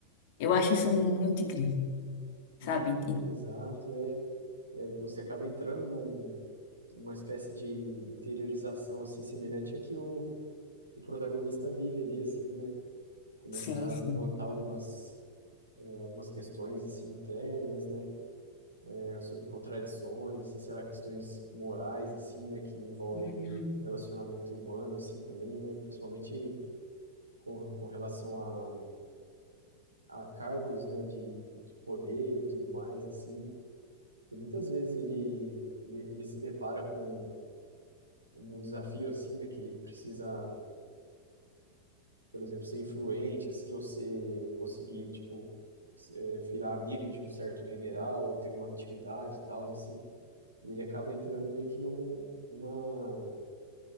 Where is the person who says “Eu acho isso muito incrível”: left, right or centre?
Left